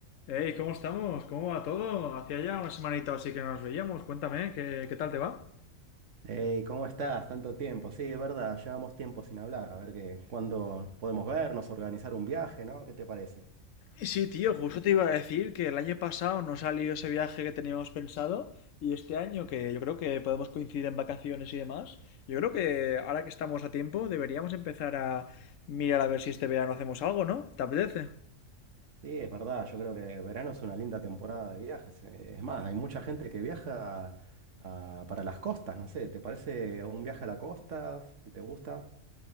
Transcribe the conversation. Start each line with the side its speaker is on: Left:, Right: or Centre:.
Left: Hey, ¿cómo estamos? ¿Cómo va todo? Hacía ya una semanita o así que no nos veíamos. Cuéntame, ¿qué, qué tal te va?
Right: Hey, ¿cómo estás? Tanto tiempo. Sí, es verdad, llevamos tiempo sin hablar. A ver que, cuándo podemos vernos, organizar un viaje, ¿no? ¿Qué te parece?
Left: Sí, tío, justo te iba a decir que el año pasado no salió ese viaje que teníamos pensado y este año que yo creo que podemos coincidir en vacaciones y demás, yo creo que ahora que estamos a tiempo deberíamos empezar a mirar a ver si este verano hacemos algo, ¿no? ¿Te apetece?
Right: Sí, es verdad, yo creo que verano es una linda temporada de viajes. eh, Es más, hay mucha gente que viaja a- para las costas, no sé, ¿te parece un viaje a la costa? Si te gusta.